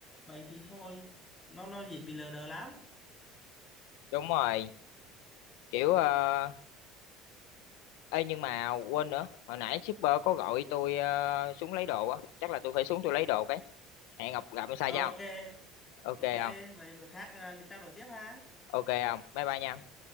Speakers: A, on the left (about 15°); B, on the left (about 80°).
A: vậy thì thôi nó nó dễ bị lờ đờ lắm
B: đúng rồi kiểu uh, ê nhưng mà quên nữa hồi nãy shipper có gọi tôi ờ, xuống lấy đồ á chắc là tôi phải xuống tôi lấy đồ cái hẹn gặp gặp sao
A: ok
B: không ok
A: ok
B: không
A: vậy bữa khác à, mình trao đổi tiếp ha
B: ok không bye bye nha